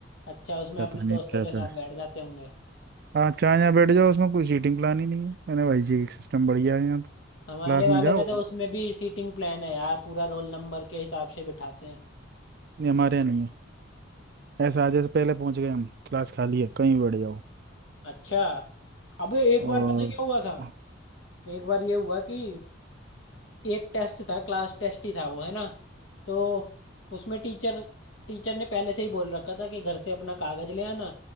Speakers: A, on the left; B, on the right.
A: अच्छा उसमें
B: पता
A: अपने
B: नहीं
A: दोस्तों
B: कैसे
A: के साथ बैठ जाते होंगे
B: हाँ चाहे यहाँ बैठ जाओ उसमें कोई सीटिंग प्लान ही नहीं है मैंने भाई जी एक सिस्टम बढ़िया है यहाँ तो क्लास
A: हमारे वाले
B: में जाओ
A: में तो उसमें भी सीटिंग प्लान है यार पूरा रोल नंबर के हिसाब से बिठाते हैं
B: नहीं हमारे यहाँ नहीं है ऐसा आज से पहले पहुंच गए हम क्लास खाली है कहीं भी बैठ जाओ
A: अच्छा अबे एक
B: और
A: बार पता है क्या हुआ था
B: हम्म,
A: एक बार ये हुआ कि एक टेस्ट था क्लास टेस्ट ही था वो है ना तो उसमें टीचर टीचर ने पहले से ही बोल रखा था कि घर से अपना कागज ले आना